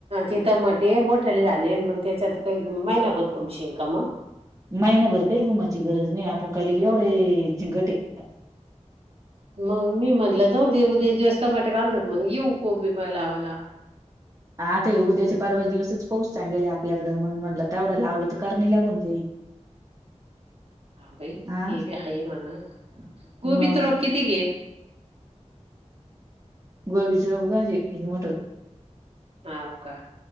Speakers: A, on the right; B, on the right.
A: चितमट मोठली ला मग त्याच्यात काही मयनाभर घुमशिंका म
B: महिनाभर काही रुमाची गरज नाही आपण काय एवढे झंग टेकत
A: मग मी म्हणलं जाऊ देऊद्या दिवस त मट बांधून मग येऊ कोबी पण लावाला ला
B: आता उद्याच्या परवा दिवसच पाऊस चांगेला आपल्याकडें म्हणून म्हणलं तेवढं लावलं तर करणी लागून जाईल <inaudible>
A: ह भाई
B: हा
A: तेबी आहे मणा गोबी
B: मग
A: तर रोप किती गे
B: गोबीचप गांजे किती मोठं
A: हव का